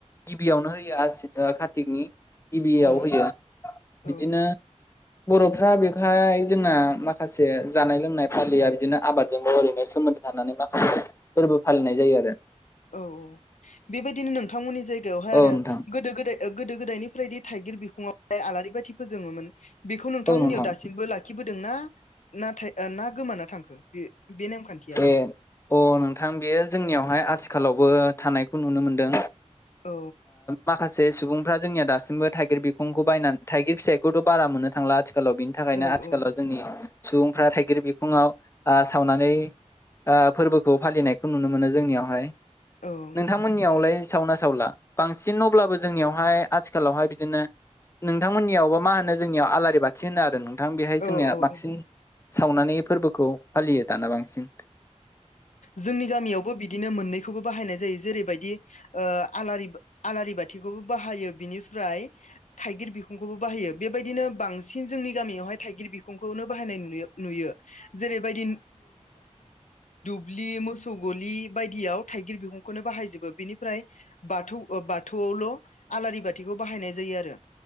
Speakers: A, on the left; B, on the left.
A: गिबियावनो होयो आसिन ओ का्तिकनि गिबियाव
B: ओं
A: होयो बिदिनो
B: औ
A: बर'फ्रा बेखाय जोंना माखासे जानाय लोंनाय फालियो बिदिनो आबादजोंबो ओरैनो सोमोन्दो थानानै माखासे फोरबो फालिनाय जायो आरो
B: औ औ बेबायदिनो नोंथांमोननि जायगायावहाय
A: औ
B: आरो
A: नोंथां
B: गोदो गोदाय गोदो गोदायनिफ्राय थाइगिर बिखंआवहाय आलारि बाथि फोजोङोमोन बेखौ नोंथांमोननियाव
A: औ नोंथां
B: दासिमबो लाखिबो दोंना नाथाय ना गोमाना थांखो? बे बे नेमखान्थिया
A: ए अ नोंथां बेयो जोंनियावहाय आथिं आथिखालावबो थानायखौ नुनो मोनदों
B: औ
A: माखासे सुबुंफ्रा जोंनिया दासिमबो थाइगिर बिखंखौ बायनानै थाइगिर फिथाइखौथ' बारा मोननो थांला आथि आथिखालाव बिनि थाखायनो
B: औ
A: आथिखालाव जोंनि सुबुंफ्रा थाइगिर बिखङाव सावनानै ओ फोरबोखौ फालिनायखौ नुनो मोनो जोंनियावहाय
B: औ
A: नोंथांमोननियावलाय सावो ना सावला बांसिन अब्लाबो जोंनियावहाय आथिखालावहाय बिदिनो नोंथांमोननियावब मा होनो जोंनियाव आलारि बाथि होनो आरो। नोंथां बेहाय
B: औ
A: जोंनिया बांसिन
B: औ
A: सावनानै फोरबोखौ फालियो दाना बांसिन
B: जोंनि गामियावबो बिदि बिदिनो मोननैखौबो बाहायनाय जायो जेरैबायदि आलारि आलारि बाथिखौबो बाहायो बिनि फ्राय थाइगिर बिखंखौबो बाहायो बेबायदिनो बांसिन जोंनि गामियावहाय थाइगिर बिखंखौनो बाहायनाय नुयो नुयो। जेरैबायदि दुब्लियाव मोसौ गलि बायदियाव थाइगिर बिुंखौनो बाहायजोबो बेनिफ्राय बाथौ ओ बाथौ आवल' आलारि बाथिखौ बाहायनाय जायो आरो